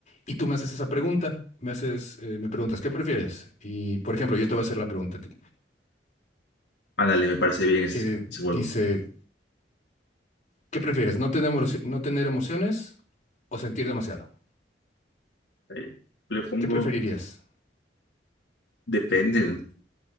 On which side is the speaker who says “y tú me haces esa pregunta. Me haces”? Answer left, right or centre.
Left